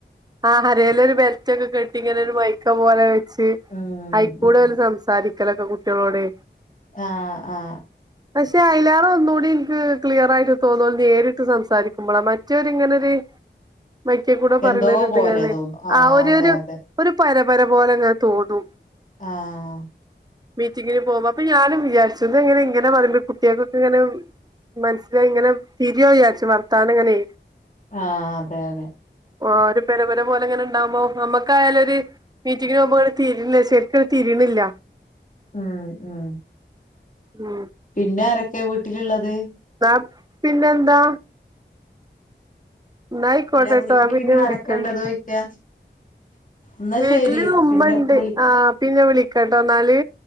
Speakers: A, on the right; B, on the left.
A: ആഹ് അരേല് ഒരു ബെൽറ്റൊക്കെ കെട്ടി ഇങ്ങനെ ഒരു മൈക്ക പോലെ വെച്ച്
B: ഉം
A: അയിക്കൂടെ
B: ഉം
A: ഓല് സംസാരിക്കലൊക്കെ കുട്ടികളോടെ
B: ആഹ് ആഹ്
A: പക്ഷെ അയ്ലാറ ഒന്നുകൂടി എനിക്ക് ക്ലിയർ ആയിട്ട് തോന്നൽ നേരിട്ട് സംസാരിക്കുമ്പോളാ മറ്റതൊരു ഇങ്ങനൊരു മൈക്കേ കൂടെ പറയുന്ന
B: എന്തോ
A: ഇത്ങ്ങനെ
B: പോലെ തോന്നും
A: ആഹ് ഒരു
B: അതെ
A: ഒരു
B: അതെ
A: ഒരു പരപര പോലെങ്ങനെ തോന്നും
B: ആഹ്
A: മീറ്റിങ്ങിന് പോകുമ്പോ അപ്പൊഞാനും വിചാരിച്ചും ഇതെങ്ങനെ ഇങ്ങനെ പറയുമ്പോ കുട്ടികൾക്കൊക്കെ ഇങ്ങനെ മനസ്സിലായിങ്ങനെ തിരിയോ വിചാരിച്ചു വർത്താനങ്ങനെ
B: ആഹ് അതെ അതെ
A: ആഹ് ഒരു പെര പര പോലെ ഇങ്ങനെ ഉണ്ടാവകുമ്പോ നമുക്കായാലൊരു മീറ്റിംഗിന് പോകുമ്പോങ്ങനെ തിരിണില്ല ശരിക്കും തിരീണില്ല
B: ആഹ് ആഹ്
A: ഉം
B: പിന്നെ ആരൊക്കെ വീട്ടിലുള്ളത്
A: എന്നാ പിന്നെ എന്താ ന്നായിക്കോട്ടെട്ടോ
B: അല്ല വീട്ടില്
A: ഞാൻ
B: പിന്നെ ആരൊക്കെ
A: വിളിക്കണ്ട്
B: ഉള്ളത് ചോയിക്കാ എന്നാ
A: വീട്ടില്
B: ശരി
A: ഉുമ്മണ്ട്
B: പിന്നെ വിളി
A: ആ പിന്നെ വിളിക്കാട്ടോ എന്നാല്